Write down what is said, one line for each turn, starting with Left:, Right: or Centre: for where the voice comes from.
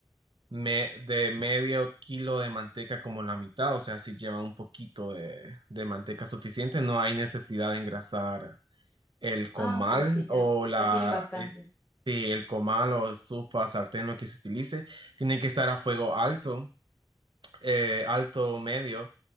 Right: me- de medio kilo de manteca como la mitad, o sea, si lleva un poquito de, de manteca suficiente, no hay necesidad de engrasar el comal
Left: Ah, ok, sí, ya,
Right: o la,
Left: ya tienen bastante.
Right: es, sí, el comal o estufa, sartén, lo que se utilice, tiene que estar a fuego alto, eh, alto o medio